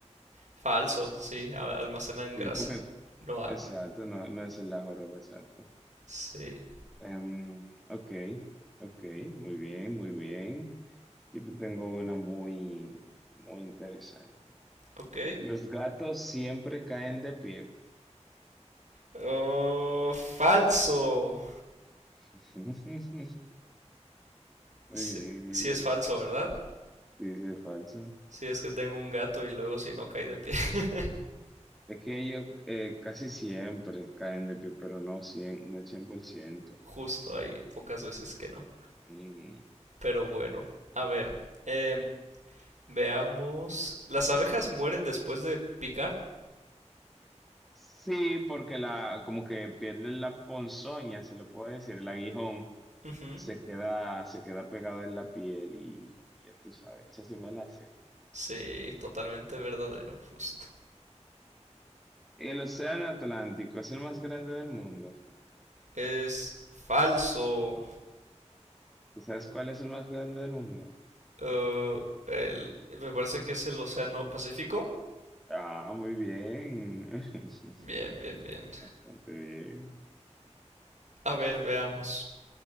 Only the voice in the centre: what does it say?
Sí, porque,
exacto, no, no es el la joroba, exacto.
Em, ok, ok, muy bien, muy bien. Yo te tengo una muy, muy interesante.
Los gatos siempre caen de pie.
<laughs> Muy
bien, muy
bien.
Sí, sí, es falso.
Es que ellos eh, casi siempre caen de pie, pero no cien, no el 100%.
Mm,
sí, porque la, como que pierden la ponzoña, se le puede decir, el aguijón.
se queda, se queda pegado en la piel y, y ya tú sabes, esa sí me la sé.
El océano Atlántico es el más grande del mundo.
¿Tú sabes cuál es el más grande del mundo?
Ah, muy bien. <laughs>
Bastante bien.